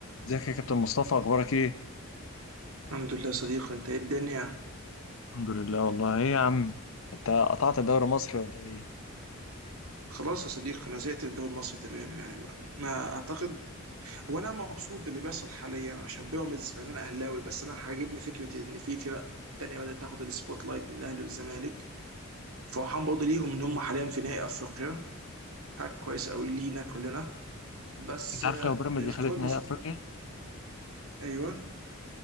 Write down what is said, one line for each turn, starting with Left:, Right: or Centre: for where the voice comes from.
Left: ازيك يا كابتن مصطفى اخبارك ايه؟
Right: الحمد لله يا صديقي انت ايه الدنيا
Left: الحمد لله والله ايه يا عم انت قطعت الدوري المصري ولا ايه؟
Right: خلاص يا صديقي انا زهقت من الدوري المصري تماما يعني ما, ما اعتقد هو انا مبسوط باللي بيحصل حاليا عشان بيراميدز مع ان انا اهلاوي بس انا عاجبني فكره ان في فرق تانية بدأت تاخد السبوت لايت من الاهلي والزمالك فرحان برضه ليهم ان هم حاليا في نهائي افريقيا حاجه كويسه قوي لينا كلنا بس
Left: انت
Right: آه،
Left: عارف لو بيراميدز
Right: الكوره
Left: دخلت
Right: المص...
Left: نهائي افريقيا
Right: ايوه